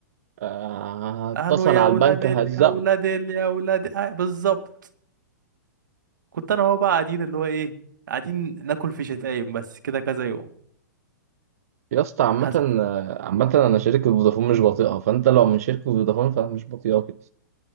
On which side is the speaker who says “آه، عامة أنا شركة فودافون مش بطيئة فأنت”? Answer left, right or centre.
Right